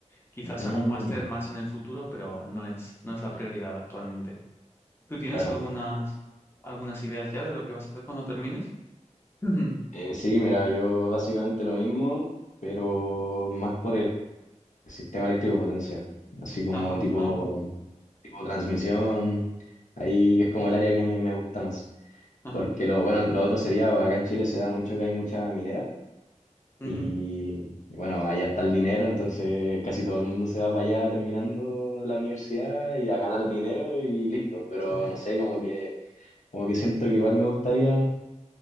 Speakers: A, on the left (about 20°); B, on the left (about 70°).
A: Quizás
B: Mm,
A: haga un máster más en el futuro, pero no es, no es la prioridad actualmente. ¿Tú tienes
B: claro.
A: algunas, algunas ideas ya de lo que vas a hacer cuando termines? Ujú. <laughs>
B: Eh, sí, mira, yo básicamente lo mismo, pero más por el sistema eléctrico de potencia, así como
A: Ajá,
B: tipo,
A: ah,
B: tipo transmisión, ahí es como el área que me, me gusta más,
A: ajá,
B: porque lo, bueno, lo otro sería, acá en Chile se da mucho que hay mucha minera.
A: ujú.
B: Y bueno, allá está el dinero, entonces casi todo el mundo se va para allá terminando la universidad y a ganar dinero y listo. Pero
A: Sí,
B: no sé, como que, como que siento que igual me gustaría